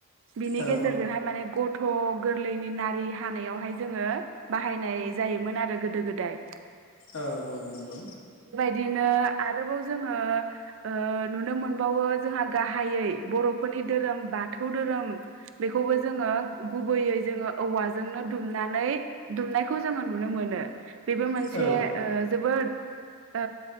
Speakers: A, on the right; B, on the left.
A: बिनि
B: औ
A: गेजेरजोंहाय माने गथ' गोरलैनि नारि हानायावहाय जोङो बाहायनाय जायोमोन आरो गोदो गोदाय।
B: औ औ नंगौ
A: बिदिनो आरोबाव जोङो ओ नुनो मोनबावो जोंहा गाहायै बर'फोरनि धोरोम बाथौ धोरोम बेखौबो जोङो गुबैयै जोङो औवाजोंनो दुमनानै दुमनायखौ जोङो नुनो मोनो बेबो मोनसे
B: औ
A: ओ जोबोद ओ